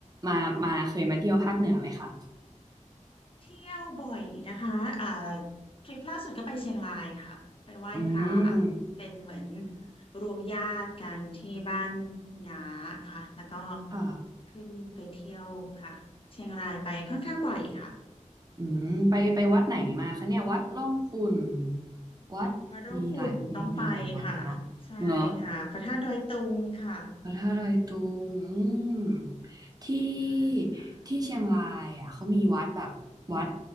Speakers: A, on the right; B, on the left.
A: มามาเคยมาเที่ยวภาคเหนือไหมคะ
B: เที่ยวบ่อยนะคะเอ่อทริปล่าสุดก็ไปเชียงรายค่ะไปไหว้พระ
A: อืม
B: เป็นเหมือนรวมญาติกันที่บ้านน้าค่ะแล้วก็
A: ค่ะ
B: ขึ้นไปเที่ยวค่ะเชียงรายไปค่อนข้างบ่อยค่ะ
A: อืมไปไปวัดไหนมาคะเนี่ยวัดร่องขุ่นวัดมีหลายมีมีหลายวัดเลยเนาะเนาะ
B: วัดร่องขุ่นต้องไปค่ะใช่ค่ะพระธาตุดอยตุงค่ะ
A: พระธาตุดอยตุงอืมที่
B: ใช่ค่ะ
A: ที่เชียงรายอ่ะเขามีวัดแบบวัด